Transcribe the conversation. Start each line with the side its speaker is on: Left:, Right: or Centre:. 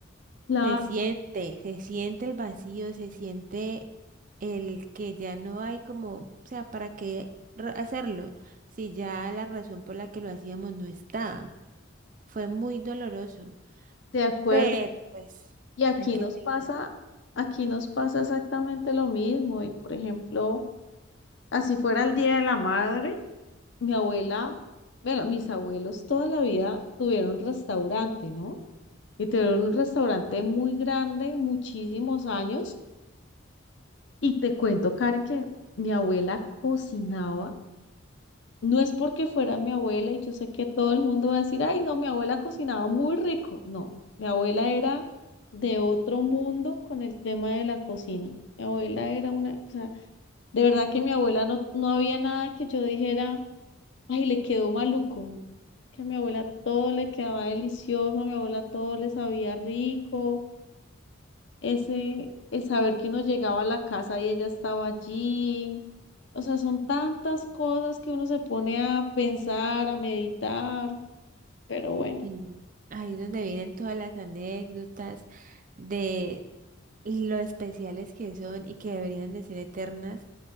Left: Claro,
Right: Se siente, se siente el vacío, se siente el que ya no hay como, o sea, ¿para qué ra- hacerlo? Si ya la razón por la que lo hacíamos no está. Fue muy doloroso,
Left: de acuerdo.
Right: pero pues
Left: Y aquí
Right: hay que
Left: nos
Right: seguir.
Left: pasa, aquí nos pasa exactamente lo mismo. Y por ejemplo, así fuera el Día de la Madre. Mi abuela, bueno, mis abuelos toda la vida tuvieron restaurante, ¿no? Y tuvieron un restaurante muy grande, muchísimos años. Y te cuento, Karen, que mi abuela cocinaba. No es porque fuera mi abuela y yo sé que todo el mundo va a decir, ay, no, mi abuela cocinaba muy rico. No, mi abuela era de otro mundo con el tema de la cocina. Mi abuela era una, o sea, de verdad que mi abuela no, no había nada que yo dijera, ay, le quedó maluco, ¿no? que a mi abuela todo le quedaba delicioso, a mi abuela todo le sabía rico, ese, el saber que uno llegaba a la casa y ella estaba allí. O sea, son tantas cosas que uno se pone a pensar, a meditar, pero bueno.
Right: Sí, ahí es donde vienen todas las anécdotas de lo especiales que son y que deberían de ser eternas.